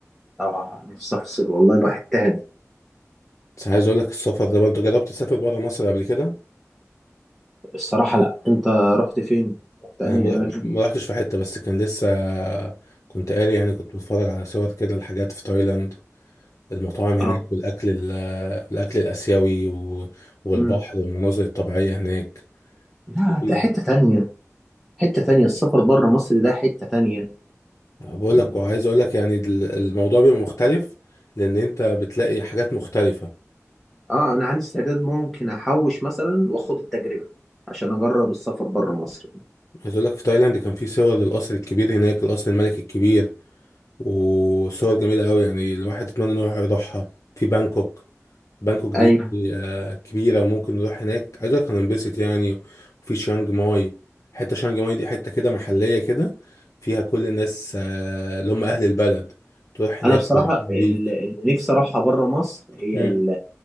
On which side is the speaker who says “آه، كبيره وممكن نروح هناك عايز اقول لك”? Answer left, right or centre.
Left